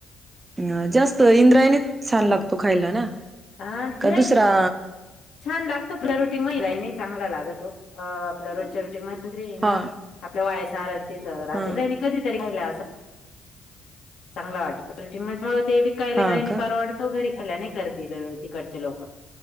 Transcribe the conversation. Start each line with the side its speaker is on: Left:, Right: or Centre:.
Right: ह जास्त इंद्रायणी छान लागतो खायला ना
Left: हा नाही
Right: का दुसरा
Left: छान लागतो रोटी म नाही चांगला लागतो आपल्या रोजच्या रोटीमध्ये म्ह
Right: हा
Left: ना आपल्या वायसारण
Right: हा
Left: तेनी कधीरी केला अस चांगला वाटतटिंग मध्ये ते विकायला
Right: हा
Left: रा
Right: का
Left: परवडतो घरी करतील तिकडचे लोक